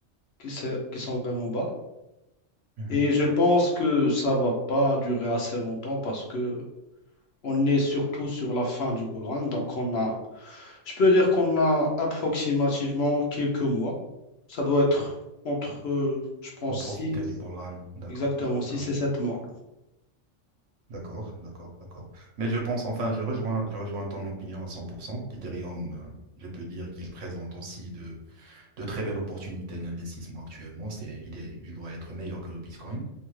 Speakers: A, on the left; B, on the right.
A: qui, se- qui sont vraiment bas.
B: mhm.
A: Et je pense que ça va pas durer assez longtemps parce que on est surtout sur la fin du bull run. Donc on a, je peux dire qu'on a approximativement quelques mois. Ça doit être entre, euh, je pense,
B: Pour profiter
A: six,
B: du ballroom. D'accord,
A: exactement,
B: d'accord,
A: six et sept mois.
B: d'accord, d'accord, d'accord. Mais je pense, enfin, je rejoins, je rejoins ton opinion à 100%. L'Ethereum, euh, je peux dire qu'il présente aussi de, de très belles opportunités d'investissement actuellement. C'est, il est, il doit être meilleur que le Bitcoin.